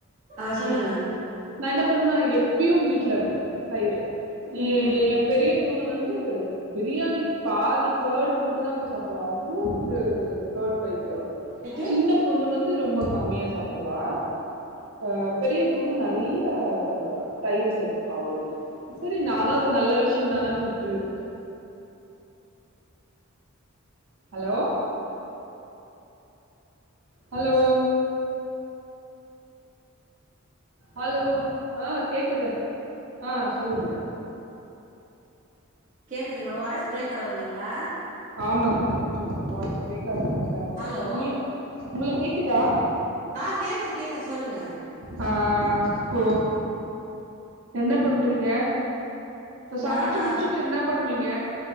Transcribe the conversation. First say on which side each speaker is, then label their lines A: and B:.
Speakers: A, on the right; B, on the right.
A: ஆ சொல்லுங்க
B: ம் நா என்ன பண்வே எப்பயு வீட்ல இருக்கு தயிரு இ
A: ம்
B: எப் பெரிய பொண்ணு வந்து பிரியாணிக்கு பாதி கேர்டு போட்டு தாங்க சாப்டுவா அவ்ளோ ஒரு கேர்ட் பைத்தியோ அவ
A: இன்னைக்கு
B: சின்ன பொண்ணு வந்து ரொம்ப கம்மியா சாப்டுவா ஆ பெரிய பொண்ணு நெறையா தயிரு சேத் பா அவளுக்கு செரி நானு அது நல்ல விஷயோ தானன் விட்டுறது ஹலோ ஹலோ ஹலோ ஆ கேக்குது ஆ சொல்லுங்க
A: கேக்குதுங்களா வாய்ஸ் பிரேக் ஆவுதில்லைங்களா
B: ஆமாங்க கொஞ்சோ உங்க வாய்ஸ் பிரேக் ஆகுற மாரிதாருக்கு
A: ஹலோ
B: உங்ளுக் உங்களுக் கேக்குதா
A: ஆ கேக்குது கேக்குது சொல்லுங்க
B: ஆ போ என்ன பண்றீங்க இப்ப சபச்சி
A: நானா
B: முடிச்சிட்டு என்னா பண்ணுவீங்க